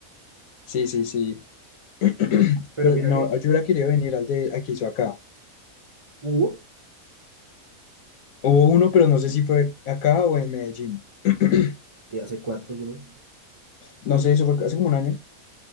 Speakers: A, on the left; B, on the right.
A: Sí, sí, sí. <clears throat>
B: Pero
A: Pero
B: mira
A: no,
B: que
A: yo hubiera querido venir al de al que hizo acá.
B: hubo
A: Hubo uno, pero no sé si fue acá o en Medellín. <clears throat>
B: ¿Y hace cuánto, bro?
A: No sé, eso fue hace como un año.